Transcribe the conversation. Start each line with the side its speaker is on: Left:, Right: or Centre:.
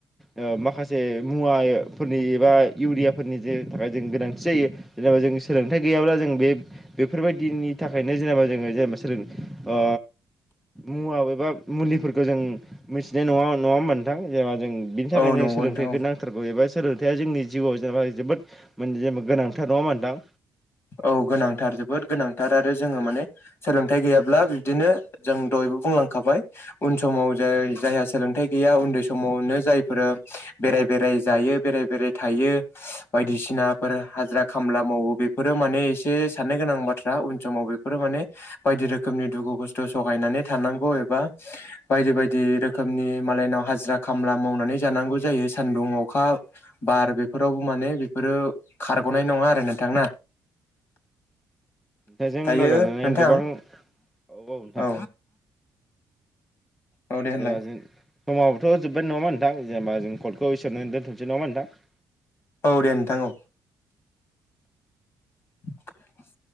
Centre: ओ माखासे मुवा यो फोरनि एबा इउरियाफोरनि जे थाखाय जों गोनांथि जायो। जेनेबा जों सोलोंथाइ गैयाब्ला जों बे बेफोरबायदिनि थाखायनो जेनेबा जोंङो जेनेबा सोलों ओ मुवा एबा मुलिफोरखौ जों मिथिनाय नंङा नंङामोन नोंथां जेनबा जों बिनि थाखायनो
Left: औ नंगौ
Centre: जों सोलोंथाइखौ
Left: नोंथां औ
Centre: नांथारगौ एबा सोलोंथाइया जोंनि जिउआव जेनेबा जोबोद माने जेनेबा गोनांथार नंङा मानदां
Left: औ गोनांथार जोबोद गोनांथार
Centre: जेनेबा
Left: आरो जोंङो माने सोलोंथाइ गैयाब्ला बिब्दिनो जों दयबो बुंलांखाबाय उन समाव जाय जायहा सोलोंथाइ गैया उन्दै समावनो जायफोरा बेराय बेराय जायो बेराय बेराय थायो। बायदिसिनाफोर हाजिरा खामला मावो बे फोरो माने एसे साननो गोनां बाथ्रा उन समाव बेफोरो माने बायदि रोखोमनि दुखु खस्थ सहायनानै ए थानांगौ एबा बायदि बायदि रोखोमनि मालायनाव हाजिरा खाम मावनानै जानांगौ जा यो सान्दुं अखा बार बेफोरावबो माने बेफोरो खारगनाय नंङा आरो नोंथां ना?
Centre: दा जों
Left: दायो
Centre: <unintelligible>
Left: नोंथां
Centre: गोबां ब बाव नोंथां।
Left: औ औ दे होनलाय
Centre: जेबा जो समाबबोथ जोब्बाय नंङा नोंथां जेनेबा जों कर्टखौ इसोरनो दोनथ'नोसै नंङा नोंथां?
Left: औ दे नोंथां औ <unintelligible>